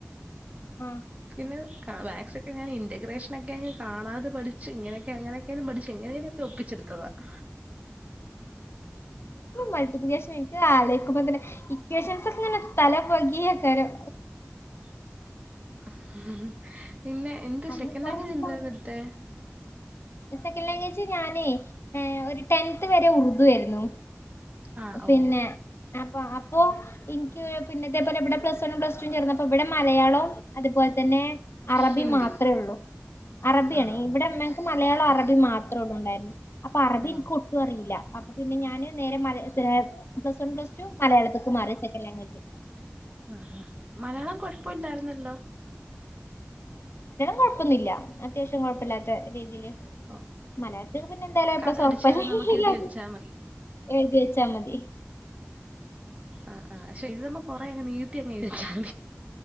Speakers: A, on the left; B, on the right.
A: ഉം
B: പിന്നെ ക മാത്‍സ് ക്കെ ഞാൻ ഇന്റഗ്രേഷൻ ക്കെങ് കാണാതെ പഠിച്ചു ഇങ്ങനെ അങ്ങനെയൊക്കെയന്ന് പഠിച്ചു എങ്ങനനൊക്കെ ഒപ്പിച്ചെടുത്തതാ
A: ആ
B: <inaudible>
A: മൾട്ടിപ്ലിക്കേഷൻ ഇക്ക് അതിങ്ങനെ അലോയ്ക്കുമ്പോ തന്നെ എക്യുഷൻസ് ഒക്കെ തല പുകയാകരം
B: <inaudible> എന്ത്
A: അ
B: സെക്കൻഡ്
A: കൊറച്ച്
B: ലാംഗ്വേജ് എന്തായിരുന്നു
A: സമയം
B: എടുത്തേ?
A: സെക്കൻ് ലാംഗ്വേജ് ഞാനേ ഒരു ടെൻത് വരെ ഉറുദ് ആയിരുന്നു
B: ആ ഓ
A: പിന്നെ അപ്പൊ അ അപ്പോ നിക്ക് പിന്നെ ഇതേപോലെ ഇവിടെ പ്ലസ് വൺും പ്ലസ് ടു ചേർന്ന അപ്പോ ഇവിടെ മലയാളം അതുപോലെ ന്നേ അറബി
B: ഹിന്ദി
A: മാത്രമേ ഉള്ളൂ അറബിയാണ്
B: ആണോ?
A: ഇവിടെ മ്മക്ക് മ മലയാളം അറബി മാത്രേ ഉള്ള ഉണ്ടായിരുന്നു അപ്പൊ അറബി
B: ഓ
A: എനിക്ക് ഒട്ടും അറിയൂല്ല പിന്നെ ഞാന് നേരെ- <unintelligible> പ്ലസ് വൺ പ്ലസ് ടു മലയാളത്തേക്ക് മാറി സെക്കൻഡ് ലാംഗ്വേജ്
B: അഹ്അ മലയാളം കൊഴപ്പമില്ലായിരുന്നല്ലോ
A: കുഴപ്പൊന്നില്ല അത്യാവശ്യം കുഴപ്പമില്ലാത്ത രീതിയില്
B: ഓ
A: മലയാളത്തിൽ പിന്നെ എന്തായാലോ എ
B: കഥ
A: പ്ലസ്
B: അടിച്ചാലും
A: ഒറപ്പല്ലേ <unintelligible>
B: നമുക്ക് എഴുതി വെച്ചാൽ മതി.
A: ഏഴുതി വച്ചാ മതി
B: ആഹ ആ പക്ഷെ ഇത് നമ്മ കൊറെ അങ് നീട്ടി അങ്ങ് ഴ് വെച്ചാ <inaudible>